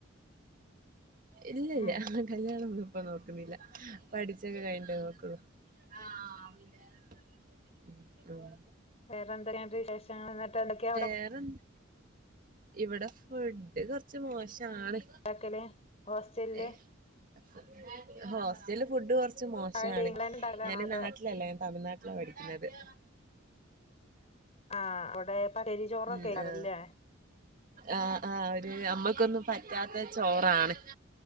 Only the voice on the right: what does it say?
ഇല്ലില്ല.
കല്യാണം ഒന്നും ഇപ്പൊ നോക്കുന്നില്ല. പഠിച്ചൊക്കെ കഴിഞ്ഞിട്ടേ നോക്കുന്നുള്ളു! <unintelligible> ഉം..
വേറെന്ത്. ഇവിടെ ഫുഡ് കുറച്ച് മോശാണ്.
! ഹോസ്റ്റലില് ഫുഡ് കുറച്ച് മോശാണ്!
ഞാൻ
നാട്ടി ലല്ലേ.. തമിഴ്നാട്ടില പഠിക്കുന്നത്.. !
ഉം
ആഹ് ആഹ് ആഹ്! ഒരു അമ്മക്കൊന്നും പറ്റാത്ത ചോറാണ്!